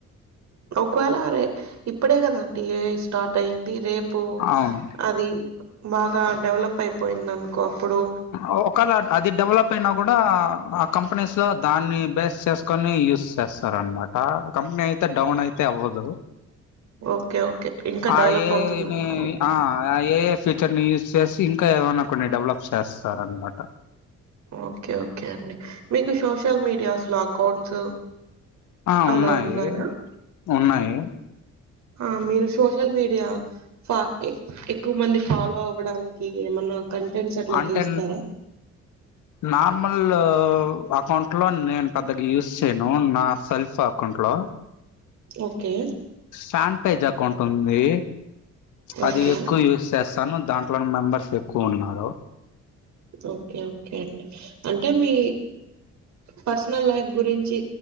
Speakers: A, on the right (about 65°); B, on the left (about 80°).
A: ఒకవేళ రే ఇప్పుడే కదంట ఏఐ స్టార్ట్ అయియంది రేపు పో
B: అవును
A: అది మా ఆ డెవలప్అయిపోయింది అనుకో అప్పుడు
B: ఉ ఒకవేళఅది డెవలప్ అయినా కూడా ఆక్ కంపెనీస్ లో దాని బెస్ట్ షూస్వే వేసుకొని యూస్ చేస్తారు అన్నమాట కంపెనీ ఇంత డౌన్అయితే అవదు
A: ఓకే ఓకే ఇంకా
B: ఆ
A: డెవలప్
B: ఏ
A: అవుతుందంటారు
B: ఏ ని
A: అయితే
B: ఆ ఫ్యూచర్ ని యూస్ చేసి ఇంకా ఏమన్నా డెవలప్ చేస్తార్ అనమాట
A: ఓకే ఓకే అండి మీకు సోషల్ మీడియాస్ లో అకౌంట్స్
B: ఆ
A: అలా
B: ఉన్నాయి
A: ఉన్నాయా
B: ఉన్నాయి
A: ఆ మీరు సోషల్ మీడియా ఫ ఎక్కువ మంది ఫాలో అవ్వడానికి ఏమన్నా కంటెంట్స్ అట్లా
B: అంటే
A: చేస్తారా
B: నార్మల్ అకౌంట్ లో నేను పెద్దగా యూస్ చేయను నా సెల్ఫ్ అకౌంట్లో
A: ఓకే
B: ఫ్యామ్ పేజ్ అకౌంట్ ఉంది అది
A: ఓకే
B: ఎక్కువ యూజ్ చేస్త తను దాంట్లోని మెంబర్స్ ఎక్కువ ఉన్నారు
A: ఓకే ఓకే అండి అంటే మీ పర్సనల్ లైఫ్ గురించి